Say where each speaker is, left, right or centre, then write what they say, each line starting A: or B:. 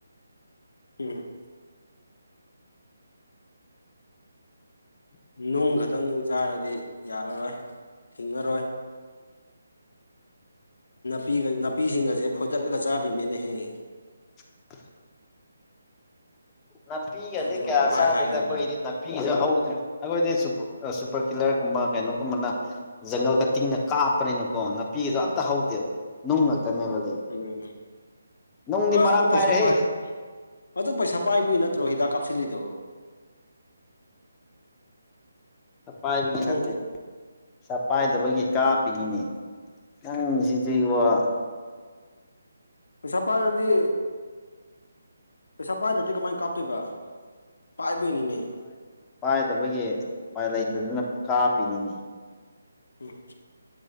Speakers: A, on the left (about 65°); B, on the left (about 15°).
A: ꯎꯝ ꯅꯨꯡ ꯈꯛꯇꯪ ꯆꯥꯔꯗꯤ ꯌꯥꯔꯔꯣꯏ ꯊꯤꯡꯉꯔꯣꯏ ꯄꯤꯒ ꯅꯥꯄꯤꯁꯤꯡꯒꯁꯦ ꯐꯣꯏꯗꯠꯂꯒ ꯆꯥꯗ꯭ꯔꯤꯕꯅꯤꯅꯦ ꯍꯌꯦ
B: <unintelligible> ꯅꯥꯄꯤꯒꯗꯤ
A: ꯅꯪꯁꯨ
B: ꯀꯌꯥ
A: ꯄꯪꯍꯥꯏ
B: ꯆꯥꯗꯦꯗ
A: ꯍꯥꯏꯒꯅꯨꯗ
B: ꯑꯩꯈꯣꯏꯗꯤ ꯅꯥꯄꯤꯁꯨ ꯍꯧ ꯑꯩꯈꯣꯏꯗꯤ ꯁꯨꯄꯔ ꯀꯤꯂꯔꯒꯨꯝꯕ ꯀꯩꯅꯣꯒꯨꯝꯕꯅ ꯖꯪꯒꯜ ꯀ ꯇꯤꯡꯅ ꯀꯥꯞꯄꯅꯤꯅꯀꯣ ꯑꯣ ꯄꯤꯗꯣ ꯑꯝꯇ ꯍꯧ ꯦꯕ ꯅꯨꯡ ꯉꯥꯛꯛꯇꯅꯦꯕ ꯂꯩꯕ
A: ꯎꯝ
B: ꯅꯨꯡꯗꯤ
A: ꯑꯥ
B: ꯃꯔꯥꯡ
A: ꯑꯗꯨ ꯄꯩꯁꯥ
B: ꯀꯥꯏꯔꯦ
A: ꯄꯥꯏ
B: ꯍꯦ
A: ꯑꯗꯨ ꯄꯩꯁꯥ ꯄꯥꯏꯕꯒꯤ ꯅꯠꯇ꯭ꯔꯣ ꯍꯤꯗꯥꯛ ꯀꯥꯞꯁꯤꯜꯂꯤꯗꯣ
B: ꯁꯐꯥꯏꯕꯒꯤ
A: ꯎꯝ
B: ꯅꯠꯇꯦ ꯆꯄꯥꯏꯗꯕꯒꯤ ꯀꯥꯞꯄꯤꯅꯤꯅꯦ ꯌꯥꯝꯪ ꯁꯤꯗꯤꯩ ꯋꯥ
A: ꯎ ꯆꯄ ꯑꯗꯨꯗꯤ ꯄꯩꯁꯥ ꯄꯥꯏꯗ꯭ꯔꯗꯤ ꯀꯃꯥꯏꯅ ꯀꯥꯞꯇꯣꯏꯕ ꯄꯥꯏꯕꯩꯅꯤꯅꯦ
B: ꯄꯥꯏꯗꯕꯒꯤ ꯎꯄꯥꯏ ꯂꯩꯇꯗꯅ ꯀꯥꯞꯄꯤꯅꯤꯅꯦ
A: ꯎꯝ